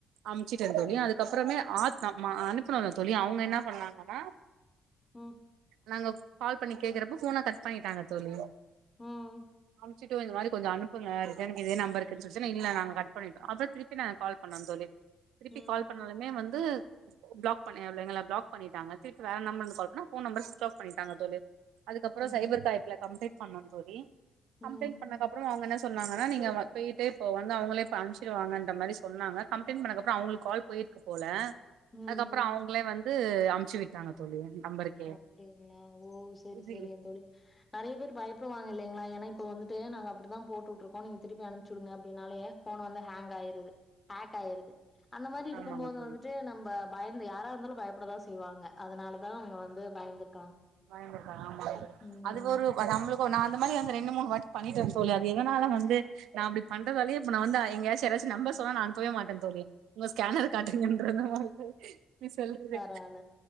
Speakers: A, on the right (about 85°); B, on the left (about 20°).
A: அம்ச்சுட்டேன் தோழி அதுக்கப்றமே ஆ மா அனுப்புனல்ல தோழி அவுங்க என்ன பண்ணாங்கன்னா
B: ம்
A: நாங்க கால் பண்ணி கேக்கறப்ப ஃபோன கட் பண்ணிட்டாங்க தோழி
B: ம்,
A: அம்ச்சுட்டோ இந்த மாரி கொஞ்சொ அனுப்புங்க ரிடன்க்கு இதே நம்பர்க்குன் சொல்ட்டு நா இல்ல நாங்க கட் பண்ணிட்டோ அப்றொ திருப்பி நா கால் பண்ணோன் தோழி திருப்பி
B: ம்,
A: கால் பண்ணாலுமே வந் து ப்ளோக் பண்ணி எங்கள ப்ளோக் பண்ணிட்டாங்க திருப்பி வேற நம்பர்ல்ந்து கால் பண்ணா ஃபோன் நம்பர் ஸ்விச் ஆஃப் பன்னி டாங்க தோழி அதுக்கப்பறோ
B: ம்ஹ்ம்,
A: சைபர் காய்ப்ல கம்ப்ளைன் பண்ணோந் தோழி
B: ம்,
A: கம்ப்ளைன் பண்ணக்கப் றோ அவுங்க என்ன சொன்னாங்கன்னா நீங்க வ பெய்ட்டு இப்போ வந்து அவுங்களே இப்ப அனுப்ச்சிருவாங்கன்ற மாரி சொன்னாங்க கம்ப்ளைண்ட் பண்ணக்கப்பறோ அவுங்களுக்கு கால் போயிருக்கு போல
B: ம்,
A: அதுக்கப்றோ
B: ம்.
A: அவுங்ளே வந்து அ ம்ச்சி விட்டாங்க தோழி நம்பருக்கே
B: ஓ அப்டிங்ளா ஓ செரி
A: இது
B: செரிங் தோழி நெறய பேர் பயப்புருவாங்க இல்லங்களா ஏனா இப்போ போ வந்துட்டு நாங்க அப்புடித்தா போட்டு விட்டுருக்கோ நீங்க திருப்பி அனுப்ச்சி விடுங்க அப்டினாலே ஃபோன் வந்து ஹேங் ஆயிருது ஹேக் ஆயிர்து அந்த மாரி இருக்கும்போது
A: ஆமாங்க தோழி
B: வந்துட்டு நம்ப பயந்து யாரா இருந்தாலு பயப்படதா செய்வாங்க அதனாலதா அவுங்க வந் து பயந்துர்
A: பயந்திருக்காங்க ஆமா தோழி
B: ம்
A: அது ஒரு
B: ம்
A: நம்முளுக்கு நான் இந்த மாரி வந்து ரெண்டு மூணுவாட்டி பண்ணிட்டந் தோழி அது எதனால வந்து நா அப்டி பண்றதாலயே இப்ப நா வந்து எங்க யாச்சு யாராச்சி நம்பர் சொன்னா நா அனுப்பவே மாட்ட தோழி உங்க ஸ்கேனர காட்டுங்கன்றுவ நீ செல்ல குடு
B: பரவால